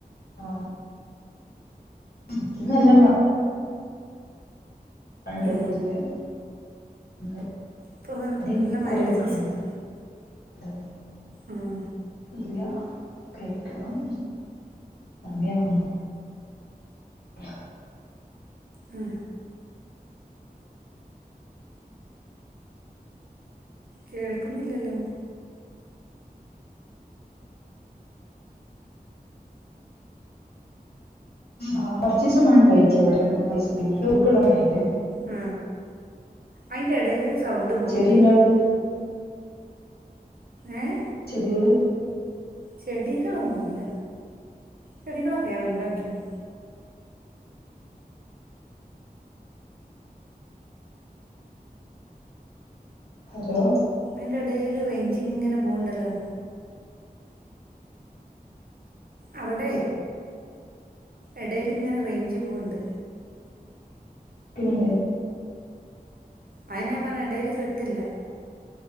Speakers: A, on the left; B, on the right.
A: ആ ന്ന് നല്ല മ പണ്ട്
B: ആ
A: പൊതുവേ ഇവിടെ
B: ഇപ്പോൾ നല്ല മഴേൻ്റെ
A: കൊറെ വക്കണ
B: സീസണാ
A: <unintelligible>
B: ആഹ്
A: ഇല്ല കഴിക്കണം സമയാവുന്നു ആ
B: ഉം കേൾക്കുന്നില്ലല്ലോ
A: ആ കൊറച്ച ദിവസംമഴയിണ്ടായില്ല അവിടെ രണ്ട മൂന്ന് ദിവസം പി ഉക്ക മേല്
B: ആ അയിന്റെ ഇടയില് സൗണ്ട് പോവണ്ടോ
A: ചെടി ഇണ്ടോ അവിടെ
B: ഏയ്
A: ചെടികളെ
B: ചെടികളൊന്നുമല്ല ചെടികളൊക്കെയ ഒഴിവാക്കിയാണ്
A: ഹലോ
B: ഇതിന്റെ ഇടയിൽ റേഞ്ച് ഇങ്ങനെ പോവണ്ടല്ലോ അവിടെ എടേൽ ഇങ്ങനെ റേഞ്ച് പോണോണ്ട്
A: ക്കിണില്ലേ
B: അയിന ഞാൻ പറഞ്ഞ ഇടൽ കിട്ടില്ല